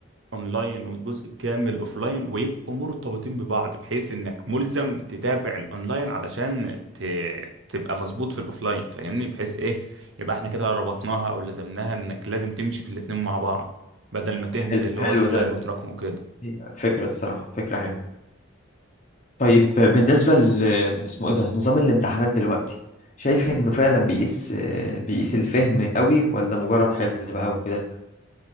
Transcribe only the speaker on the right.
اونلاين والجزء الكامل اوفلاين ويبقوا مرتبطين ببعض بحيث انك ملزم تتابع الاونلاين علشان ت... تبقى مظبوط في الاوفلاين فاهمني بحيث ايه يبقى احنا كده ربطناها او لزمناها انك لازم تمشي في الاتنين مع بعض بدل ما تهمل
اللي
هو الاونلاين
وتراكمه كده